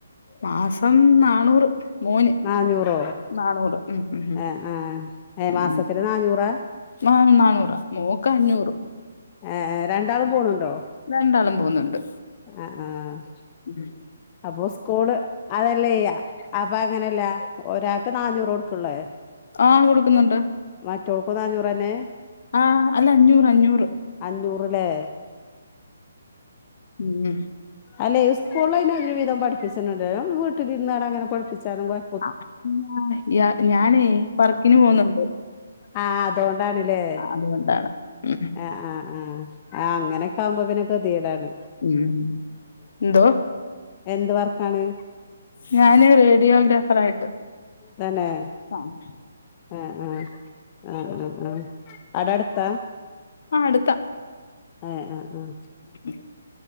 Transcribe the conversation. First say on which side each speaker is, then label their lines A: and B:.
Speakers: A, on the left (about 50°); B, on the left (about 20°).
A: മാസം നാണൂറ് മോന്
B: നാന്നൂറോ
A: നാണൂറ് ഉം ഉം ഉം
B: ഏഹ് ആഹ് ഏഹ് മാസത്തില്
A: ഉം
B: നാന്നൂറാ
A: നാ നാന്നൂറ മോക്ക് അഞ്ഞൂറും
B: ഏ രണ്ടാളും പോണൊണ്ടോ
A: രണ്ടാളും പോവ്ന്നുണ്ട്
B: അ ആഹ്
A: മ്ഹും
B: അപ്പൊ സ്കൂള് അതല്ല ചെയ്യ അപ്പൊ അങ്ങനല്ല ഒരാൾക്ക് നാണൂറ് കൊടുക്കൊള്ളേ
A: ആ കൊടുക്കുന്നുണ്ട്
B: മറ്റോക്കും നാണൂറ് തന്നെ
A: ആഹ് അല്ല അഞ്ഞൂറ് അഞ്ഞൂറ്
B: അഞ്ഞൂറ്ല്ലേ
A: ഉം
B: അല്ലേ ഏത് സ്കൂള് അയിന് ഒരു വിധം പഠിപ്പിച്ചേണ്ടേലോ വീട്ടിലിരുന്നൊരങ്ങനെ പഠിപ്പിച്ചാലും കൊഴ
A: ആ ഞാനേ വർക്കിന് പോന്നുണ്ട്
B: ആ അതോണ്ടാന്നില്ലേ
A: അതുകൊണ്ടാണ് ഉം
B: ആഹ് ആ ആ ആ അങ്ങനൊക്കെ ആവുമ്പോ പിന്നെ ഗതീടാണ്
A: ഉം ന്തോ
B: എന്ത് വർക്കാണ്
A: ഞാന് റേഡിയോഗ്രഫർ ആയിട്ട്
B: തന്നെ
A: അങ്ങ്
B: ആഹ് ആ ആഹ് ആ ആ അവിടടുത്താ
A: ആ അടുത്താ
B: ഏഹ് ആ ആഹ്
A: ഉം